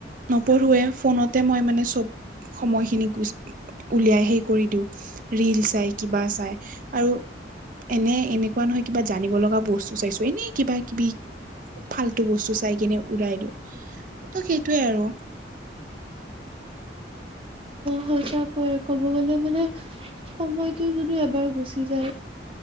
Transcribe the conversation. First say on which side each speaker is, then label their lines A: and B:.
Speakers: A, on the right (about 45°); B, on the right (about 30°).
A: নপঢ়োৱে ফোনতে মই মানে চব সময়খিনি উলিয়াই সেই কৰি দিও ৰিল চাই কিবা চাই আৰু এনে এনেকুৱা নহয় কিবা জানিব লগা বস্তু চাইছো এনে কিবা কিবি ফাল্তু বস্তু চাই কিনে উৰাই দিওঁ ত' সেইটোৱে আৰু।
B: সজাগ হয় ক'ব গ'লে মানে সময়টো যদি এবাৰ গুচি যায়।